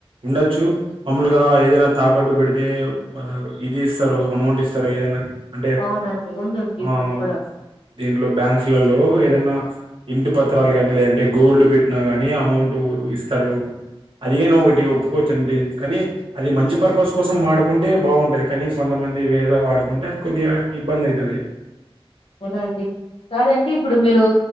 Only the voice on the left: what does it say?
అవునండి. ఉందండి
ఇప్పుడు కూడా.
అవునా అండి కాదండి ఇప్పుడు మీరు